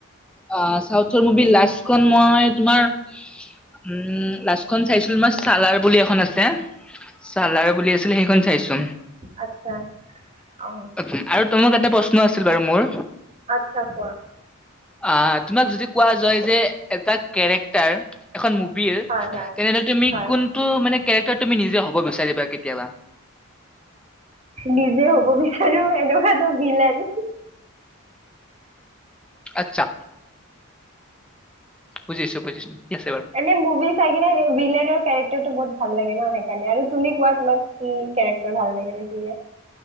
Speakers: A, in the centre; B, on the right.
A: অ চাথৰ মুভি লাষ্টখন মই তোমাৰ উ লাষ্টখন চাইছিলো তোমাৰ চালাৰ বুলি এখন আছে চালাৰ বুলি আছিলে সেইখন চাইছো
B: আচ্ছা অ
A: আৰু তোমাক এটা প্ৰশ্ন আছিল বাৰু মোৰ
B: আচ্ছা কোৱা
A: অ তোমাক যদি কোৱা যায় যে এটা কেৰেক্টাৰ এখন মু প্ৰিয়া
B: হয় হয়
A: তেনেহলে তুমি
B: হয়
A: কোনটো মানে কেৰেক্টাৰ তুমি নিজে হ'ব বিচাৰিবা কেতিয়াবা
B: নিজে হ'ব বিচাৰো এনেকুৱাতো বিলেন
A: আচ্ছা বুজিছো বুজিছো ঠিক আছে বাৰু
B: এনে মুভি চাইকিনে ভিলনৰ কেৰেক্টাৰ বহুত ভাল লাগে ন সেইকাৰণে আৰু তুমি কোৱা তোমাক কি কেৰেক্টাৰ ভাল লাগে বেছি